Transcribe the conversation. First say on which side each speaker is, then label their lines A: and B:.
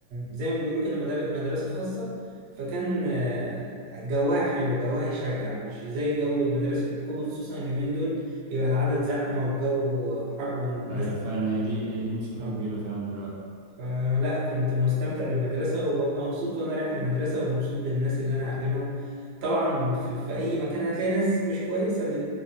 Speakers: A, on the right; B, on the right.
A: زي ما بيقولوا كده مدار- مدرسه خاصه فكان آه، جواها حلو جواها يشجع مش زي جو المدارس الحكومي خصوصا اليومين دول بيبقى العدد زحمه والجو حر والناس
B: أيوه فعلا هي دي هي دي مشكلة
A: آه.
B: كبيرة فعلا دلوقتي
A: فلا كنت مستمتع بالمدرسة وببقى مبسوط وأنا رايح المدرسة ومبسوط بالناس اللي أنا هقابلهم طبعا في, في أي مكان هتلاقي ناس مش كويسة ب-